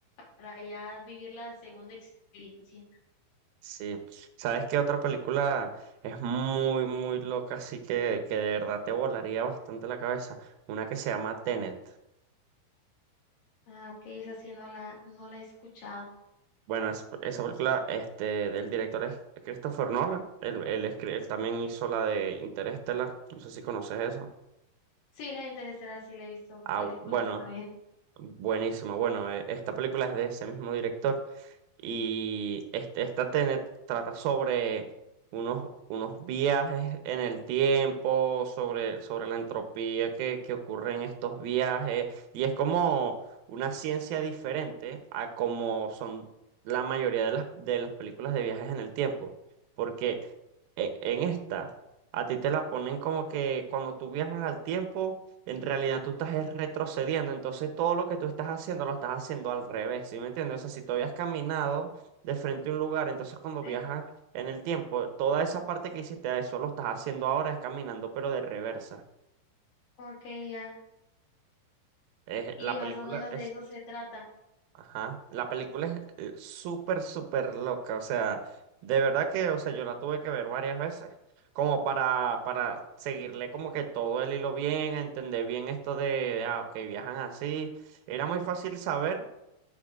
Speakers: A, on the left; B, on the right.
A: para ya vivir la segunda experiencia.
B: Sí. ¿Sabes qué otra película es muy, muy loca, así que, que de verdad te volaría bastante la cabeza? Una que se llama Tenet.
A: Ah, ok, esa sí no la, no la he escuchado.
B: Bueno, es- esa película este, del director es Christopher Nolan. Él, él, escri- él también hizo la de Interstellar. No sé si conoces eso.
A: Sí, la interesará, sí la he visto
B: Ah,
A: películas
B: bueno,
A: también.
B: Buenísimo. Bueno, e- esta película es de ese mismo director y este, esta tenet- trata sobre unos, unos viajes en el tiempo, sobre, sobre la entropía que, que ocurre en estos viajes y es como una ciencia diferente a como son la mayoría de las, de las películas de viajes en el tiempo, porque e- en esta a ti te la ponen como que cuando tú viajas al tiempo en realidad tú estás es retrocediendo, entonces todo lo que tú estás haciendo lo estás haciendo al revés, ¿sí me entiendes? O sea, si tú habías caminado de frente a un lugar, entonces cuando
A: Sí,
B: viajas en el tiempo, toda esa parte que hiciste, eso lo estás haciendo ahora, es caminando, pero de reversa.
A: ok, ya.
B: Es,
A: Y
B: la
A: más
B: película
A: o menos
B: es...
A: de eso se trata.
B: Ajá. La película es eh, súper, súper loca. O sea, de verdad que, o sea, yo la tuve que ver varias veces, como para, para seguirle como que todo el hilo bien, entender bien esto de, de, ah, ok, viajan así. Era muy fácil saber,